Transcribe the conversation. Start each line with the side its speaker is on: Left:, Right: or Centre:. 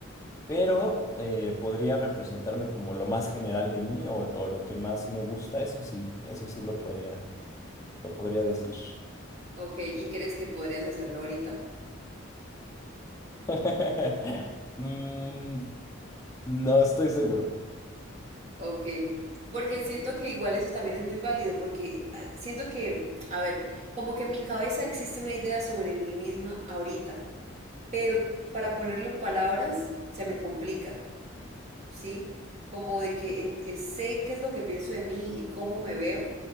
Left: pero eh, podría representarme como lo más general de mí o, o lo que más me gusta, eso sí, eso sí lo podría, lo podría decir.
Right: Ok, ¿y crees que podrías hacerlo ahorita?
Left: <laughs> Mm, no estoy seguro.
Right: Ok, porque siento que igual eso también es muy válido, porque ah, siento que, a ver, como que en mi cabeza existe una idea sobre mí misma ahorita, pero para ponerlo en palabras se me complica, ¿sí? Como de que en- eh, sé qué es lo que pienso de mí y cómo me veo,